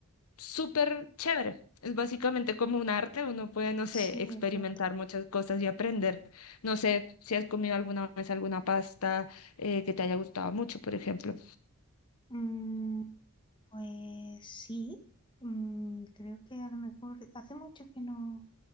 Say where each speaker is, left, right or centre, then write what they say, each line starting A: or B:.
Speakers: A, on the left; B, on the left.
A: súper chévere. Es básicamente como un arte, uno puede, no sé,
B: sí,
A: experimentar
B: es cierto.
A: muchas cosas y aprender. No sé si has comido alguna vez alguna pasta eh, que te haya gustado mucho, por ejemplo.
B: Mm, pues sí, Mm, creo que a lo mejor hace mucho que no,